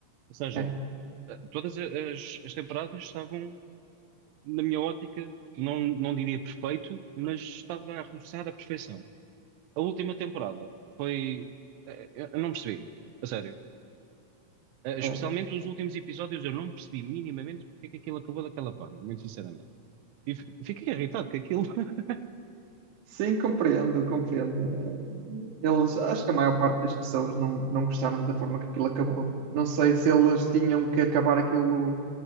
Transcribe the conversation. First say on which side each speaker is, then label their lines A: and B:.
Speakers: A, on the right (about 85°); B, on the right (about 50°).
A: Ou seja,
B: É,
A: eh, todas a- as, as temporadas estavam, na minha ótica, não, não diria perfeito, mas estava a roçar a perfeição. A última temporada foi. eh, Eu eu não percebi, a sério. Eh,
B: é.
A: Especialmente os últimos episódios, eu não percebi minimamente porque é que aquilo acabou daquela forma, muito sinceramente. E f- fiquei irritado com aquilo. <laughs>
B: Sim, compreendo, compreendo. Eh, Eles, acho que a maior parte das pessoas não, não gostaram da forma que aquilo acabou. Não sei se eles tinham que acabar aquilo